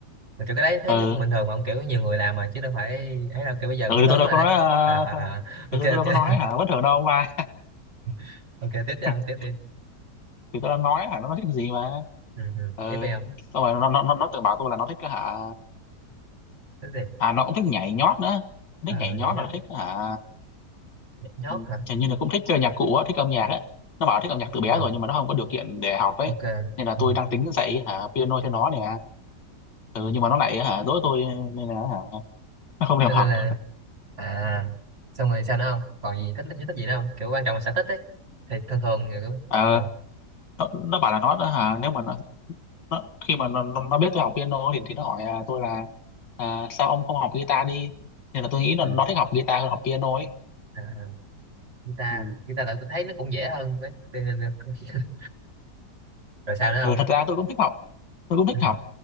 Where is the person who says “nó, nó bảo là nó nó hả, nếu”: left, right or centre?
Left